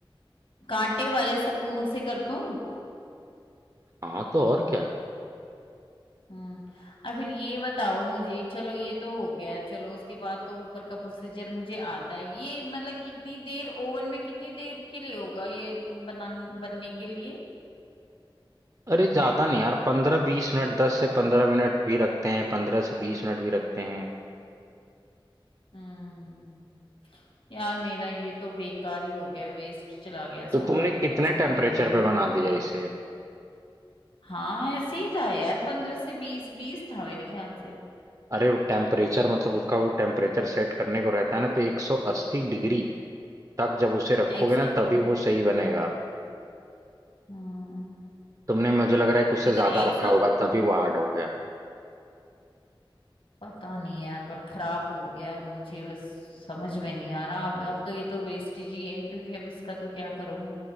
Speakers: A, on the left (about 80°); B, on the right (about 40°).
A: कांटे वाले सपून से कर दूं
B: हाँ तो और क्या
A: हम्म और फिर ये बताओ मुझे चलो ये तो हो गया चलो उसके बाद तो ऊपर का प्रोसीजर मुझे आता है ये मतलब कितनी देर ओवन में कितनी देर के लिए होगा ये बना बनने के लिए
B: अरे ज्यादा नहीं यार पंद्रह बीस मिनट दस से पंद्रह मिनट भी रखते हैं पंद्रह से बीस मिनट भी रखते हैं
A: हम्म यार मेरा ये तो बेकार ही हो गया वेस्ट चला गया
B: तो
A: सारा
B: तुमने
A: ही
B: कितने
A: कुछ मटेरियल
B: टेम्परेचर
A: भी
B: पे बना दिया इसे
A: हाँ ऐसे ही था यार पंद्रह से बीस बीस था मेरे ख्याल से
B: अरे वो टेम्परेचर मतलब उसका वो टेम्परेचर सेट करने को रहता है ना तो 180 डिग्री तक जब उसे रखोगे
A: एक सौ
B: ना तभी वो सही बनेगा
A: हम्म,
B: तुमने मुझे लग रहा है कि उससे
A: ये
B: ज्यादा
A: तो एक
B: रखा
A: सौ
B: होगा तभी वो हार्ड हो गया
A: पता नहीं यार पर खराब हो गया मुझे बस समझ में नहीं आ रहा अब अब तो ये तो वेस्टेज ही है क्योंकि अब इसका तो क्या करूं मैं